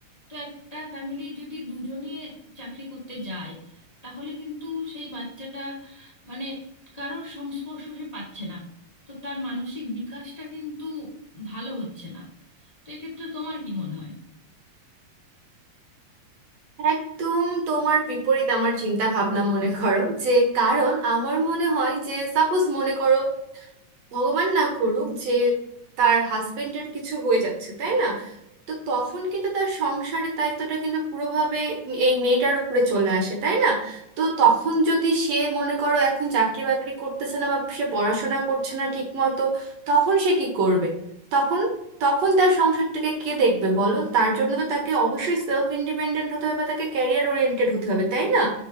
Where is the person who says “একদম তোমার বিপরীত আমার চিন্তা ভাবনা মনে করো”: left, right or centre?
Right